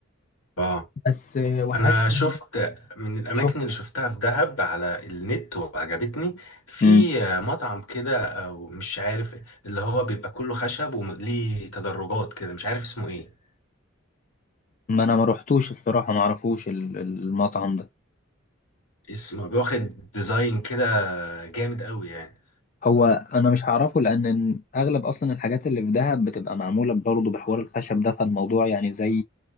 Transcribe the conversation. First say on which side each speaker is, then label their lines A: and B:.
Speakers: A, on the left; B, on the left.
A: اه
B: بس آه، وحشني
A: انا شفت من الاماكن
B: شفت
A: اللي شفتها في دهب على النت وعجبتني في
B: مم.
A: مطعم كده او مش عارف اللي هو بيبقى كله خشب وليه تدرجات كده مش عارف اسمه ايه
B: ما أنا ما روحتوش الصراحة ما أعرفوش ال- المطعم ده
A: اسمه بياخد ديزاين كده جامد قوي يعني
B: هو انا مش هعرفه لان اغلب اصلا الحاجات اللي في دهب بتبقى معموله برضه بحوار الخشب ده فالموضوع يعني زي